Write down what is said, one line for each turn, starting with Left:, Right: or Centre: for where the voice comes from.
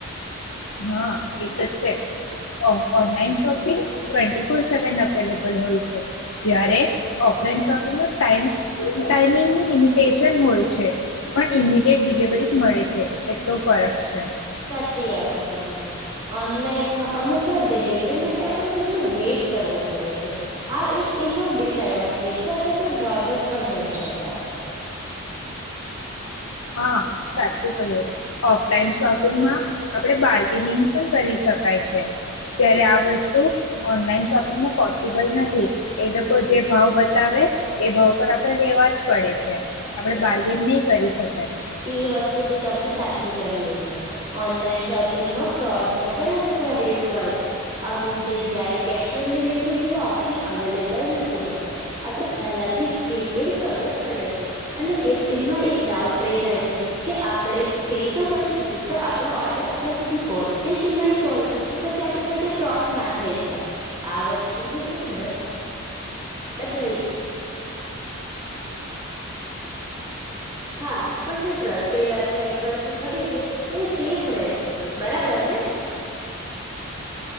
Left: હા એ તો છે online shopping twenty four seven available હોય છે જ્યારે ઓફલાઈન શોપિંગમાં ટમ ટાઈમિંગની લિમિટેશન હોય છે પણ ઈમિડિયટ ડિલવરી મળે છે એટલો ફરક છે.
Right: સાચી વાત છે. ઓનલાઈનમાં અમુક કો ડિલિવરી માટે આપણ કેટલું વેટ કરવો પડે છે. આ એક એનો ડિસએડવાન્ટેજ છે. અથવા તો ડ્રોબેક પણ કહી શકાય.
Left: હા સાચું કય્યું ઓફલાઈન શોપિંગમાં આપણે બાર્ગેનિંગ પણ કરી શકાય છે જ્યારે આ વસ્તુ ઓનલાઈન શોપિંગમાં પોસિબલ નથી એ લોકો જે ભાવ બતાવે એ ભાવ પર આપણે લેવા જ પડે છે. આપડે
Right: તે
Left: બાર્ગેન નઈ કરી શકે.
Right: એ વસ્તુ તો તમે સાચી કહી એકદમ ઓનલાઈન શોપિંગમાં ફ્રોડનો પણ અમુક વાર રિસ્ક હોય છે અમુક જગ્યાએ કેશ ઓન ડિલવરી જેવો ઓપ્શન અવેલેબલ નથી હોતો આપણે પહેલાથી જ પ્રીપેડ કરવું પડે છે અને એમાં એક ડાઉટ રાઈ જાય છે કે આપણે પે તો કરી દીધું પણ આપણો ઓર્ડર આપણા સુધી પહોંચશે કે નહીં પહોંચશે કે પછી આપણી સાથે ફ્રોડ ના થઈ જાય આ વસ્તુનો એક ડર ડર રહી જાય. હા પણ જો ટ્રસ્ટેડ વેબસાાઈટ પરથી ખરીદીએ તો એ સેફ રહે છે બરાબર ને.